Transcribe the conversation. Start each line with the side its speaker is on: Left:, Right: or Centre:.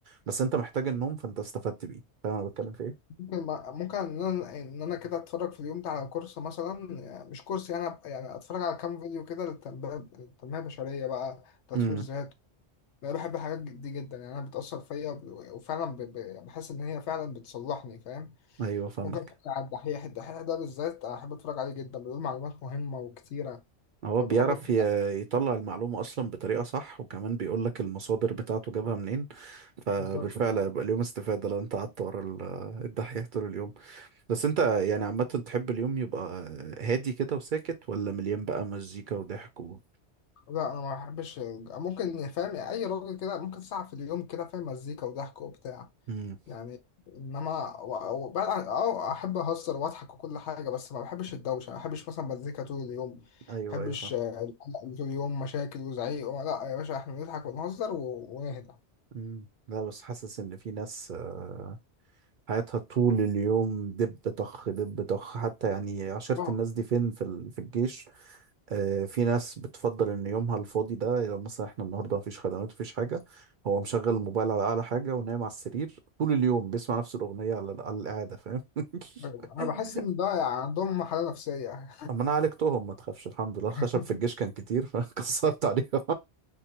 Right: بس انت محتاج النوم فانت استفدت بيه فاهم انا بتكلم في ايه
Left: ممكن ممكن إن أنا إن أنا كده أتفرج في اليوم ده على كورس مثلا يعني مش كورس يعني أبقى- يعني أتفرج على كام فيديو كده للتنمية التنمية البشرية بقى تطوير
Right: امم
Left: ذات أنا بحب الحاجات دي جدا يعني أنا بتأثر فيا وب- وفعلا ب- ب- يعني بحس إن هي فعلا بتصلحني فاهم
Right: ايوه فاهمك
Left: ممكن اتفرج على الدحيح الدحيح ده بالذات احب اتفرج عليه جدا بيقول معلومات مهمه وكتيره
Right: هو
Left: فبحب
Right: بيعرف
Left: اتفرج
Right: ي-
Left: عليه
Right: يطلع المعلومة اصلا بطريقة صح وكمان بيقول لك المصادر بتاعته جابها منين فبالفعل
Left: بالظبط
Right: هيبقى اليوم استفادة لو انت قعدت ورا ال- الدحيح طول اليوم بس انت يعني عامة تحب اليوم يبقى هادي كده وساكت ولا مليان بقى مزيكا وضحك و...
Left: لا انا ما بحبش ممكن فاهم اي راجل كده ممكن ساعه في اليوم كده فاهم مزيكا وضحك وبتاع
Right: مم.
Left: يعني انما و- وبعد عن- اه احب اهزر واضحك وكل حاجه بس ما بحبش الدوشه ما بحبش مثلا مزيكا طول اليوم ما
Right: ايوه
Left: بحبش
Right: ايوه فاهم
Left: آه، القلق اللي طول اليوم مشاكل وزعيق لا يا باشا احنا نضحك ونهزر و- ونهدى
Right: مم. لا بس حاسس ان في ناس آه، حياتها طول اليوم دب طخ دب طخ حتى يعني عشرة
Left: اه
Right: الناس دي فين في ال- في الجيش آه، في ناس بتفضل ان يومها الفاضي ده لو مثلا احنا النهارده مفيش خدمات مفيش حاجه هو مشغل الموبايل على اعلى حاجه ونايم على السرير طول اليوم بيسمع نفس الاغنيه على على القعده فاهم <laughs>
Left: انا بحس ان ده يعني عندهم حاله نفسيه
Right: اما انا عالجتهم ما تخافش الحمد لله
Left: <laughs>
Right: الخشب في الجيش كان كتير فكسرت <laughs> عليهم